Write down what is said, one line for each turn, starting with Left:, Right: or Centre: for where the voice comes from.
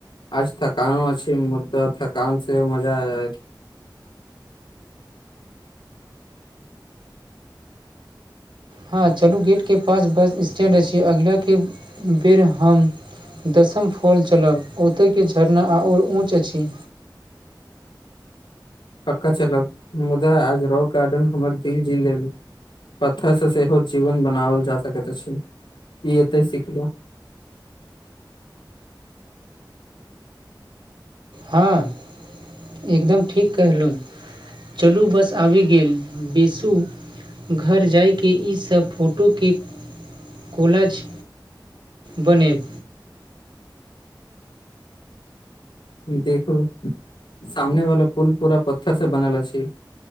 Left: आज थकानो अछी मुद्दा थकान से मजा आ जाए
Right: हँ चलू गेटके पास बस स्टैण्ड अछि अगिलाके बेर हम दसम फॉल चलब ओतयके झरना आ आओर ऊँच अछि
Left: पक्का चलब मुदा आज रॉक गार्डन हमर दिल जी लेल पत्थर से सेहो जीवन बनाओल जा सकैत अछि ई एते सिखलो
Right: हँ एकदम ठीक कहलहुँ चलू बस आबि गेल बीसू घर जायके ईसभ फोटोके कोलज बनेब
Left: देखू सामने वाला पुल पूरा पत्थर से बनल अछि